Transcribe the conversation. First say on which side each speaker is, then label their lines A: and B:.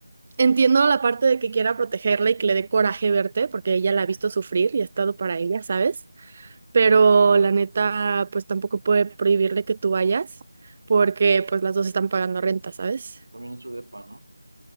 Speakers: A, on the right (about 30°); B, on the right (about 75°).
A: entiendo la parte de que quiera protegerla y que le dé coraje verte, porque ella la ha visto sufrir y ha estado para ella, ¿sabes? Pero la neta, pues tampoco puede prohibirle que tú vayas, porque pues las dos están pagando renta, ¿sabes?
B: Pues también es su depa, ¿no?